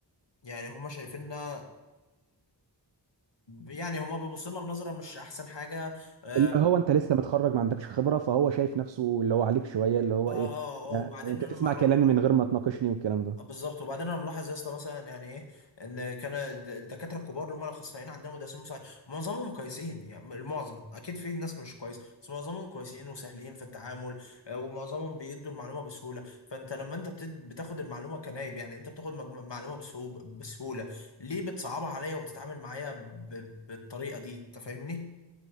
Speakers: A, on the left (about 70°); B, on the right (about 75°).
A: يعني هم شايفيننا يعني هما بيبصوا لنا بنظره مش احسن حاجه اه اه
B: اللي هو انت لسه متخرج ما عندكش خبره فهو شايف نفسه اللي هو عليك شويه اللي هو
A: اه
B: ايه لا،
A: آه، وبعدين
B: انت
A: انا
B: تسمع
A: مع مع-
B: كلامي من غير ما تناقشني والكلام ده
A: آه، بالظبط وبعدين انا ملاحظ يا اسطى مثلا يعني ايه ان كان الد- الدكاتره الكبار اللي هم الاخصائيين عندنا مدرسين مساعد معظمهم كويسين يعني المعظم اكيد في ناس مش كويس بس معظمهم كويسين وسهلين في التعامل آه، ومعظمهم بيدوا المعلومه بسهوله فانت لما انت بتد- بتاخد المعلومه كنايب يعني انت بتاخد مجم- معلومه بسهوله بسهوله ليه بتصعبها عليا وبتتعامل معايا ب- بالطريقه دي انت فاهمني؟